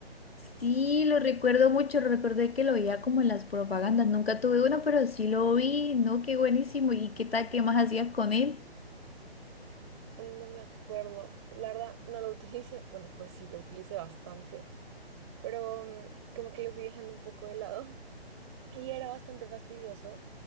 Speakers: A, on the left; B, on the right.
A: Sí, lo recuerdo mucho, lo recordé que lo veía como en las propagandas, nunca tuve uno, pero sí lo vi, no, qué buenísimo, ¿y qué tal, qué más hacías con él?
B: No me acuerdo. La verdad, no lo utilicé. Bueno, pues sí, lo utilicé bastante, pero mm, como que lo fui dejando un poco de lado. <laughs> Y era bastante fastidioso